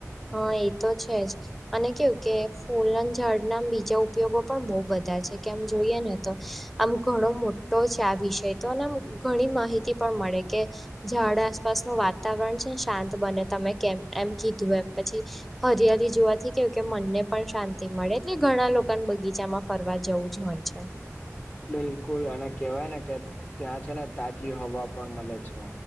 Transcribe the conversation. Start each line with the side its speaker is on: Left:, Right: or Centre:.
Centre: હા એ તો છે જ. અને કેવું કે ફૂલન ઝાડ ના બીજા ઉપયોગો પણ બહુ બધા છે કેમ જોઈએ ને. આમ ઘણો મોટો છે આ વિષય તો અને આમ ઘણી માહિતી પણ મળે કે ઝાડ આસપાસનું વાતાવરણ છે ને શાંત બને તમે કેમ એમ કીધું એમ પછી હરિયાળી જોવાથી કેવું કે મનને પણ શાંતિ મળે એટલે ઘણા લોકોને બગીચામાં ફરવા જવું જ હોય છે.
Left: બિલકુલ અને કેહેવાય ને કે ત્યાં છે ને તાજી હવા પણ મળે છે,